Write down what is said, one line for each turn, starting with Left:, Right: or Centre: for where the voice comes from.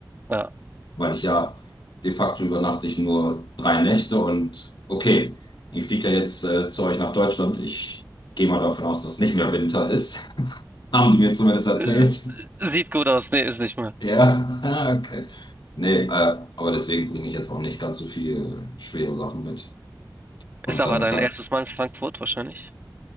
Right: Ja.
Left: weil ich ja de facto übernachte ich nur drei Nächte und okay, ich fliege ja jetzt äh, zu euch nach Deutschland. Ich gehe mal davon aus, dass nicht mehr Winter ist. <laughs> Haben die mir zumindest erzählt.
Right: Es Sieht gut aus. Nee, ist nicht mehr.
Left: Ja, <laughs> ah, okay. Nee, äh, aber deswegen bringe ich jetzt auch nicht ganz so viel äh, schwere Sachen mit. Und
Right: Ist aber
Left: dann,
Right: dein
Left: dann
Right: erstes Mal in Frankfurt wahrscheinlich?